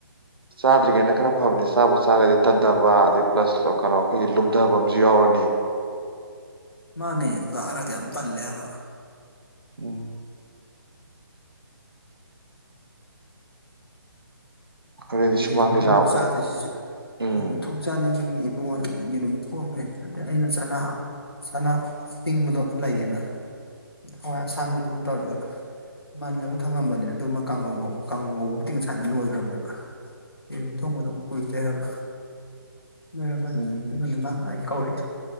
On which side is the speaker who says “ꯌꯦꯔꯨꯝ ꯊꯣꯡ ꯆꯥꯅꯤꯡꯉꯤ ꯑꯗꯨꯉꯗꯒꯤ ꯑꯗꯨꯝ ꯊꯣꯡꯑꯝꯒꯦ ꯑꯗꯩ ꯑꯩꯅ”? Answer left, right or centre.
Left